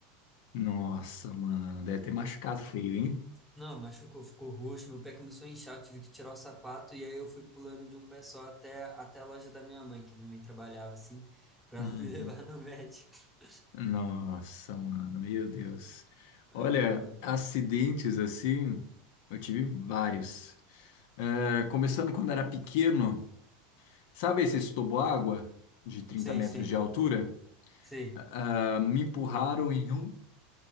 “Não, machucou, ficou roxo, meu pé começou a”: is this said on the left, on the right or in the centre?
Centre